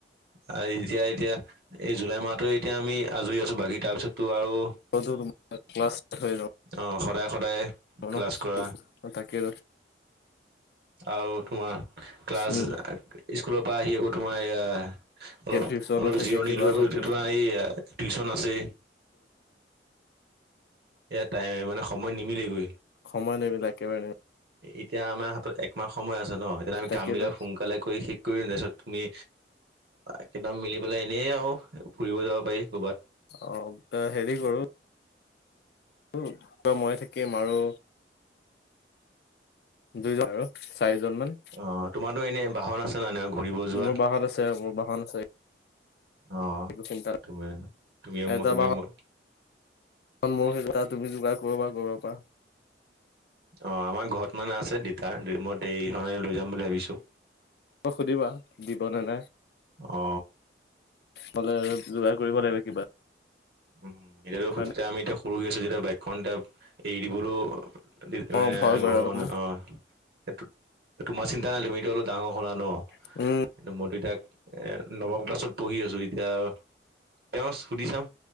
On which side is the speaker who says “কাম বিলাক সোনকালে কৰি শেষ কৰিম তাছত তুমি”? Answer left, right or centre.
Right